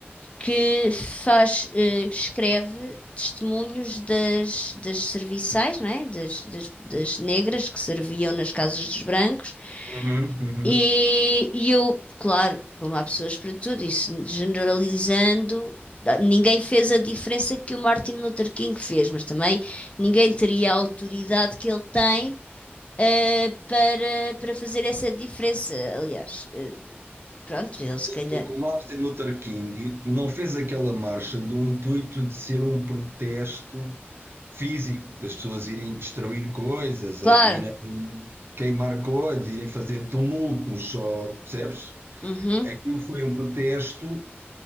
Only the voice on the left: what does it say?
que faz, eh, escreve testemunhos das, das serviçais, não é? Das, das, das negras que serviam nas casas dos brancos
e, e eu, claro, como há pessoas para tudo, isso generalizando, ninguém fez a diferença que o Martin Luther King fez, mas também ninguém teria a autoridade que ele tem. eh, para, para fazer essa diferença. Aliás, eh, pronto, ele se calhar.
Claro.
Uhum,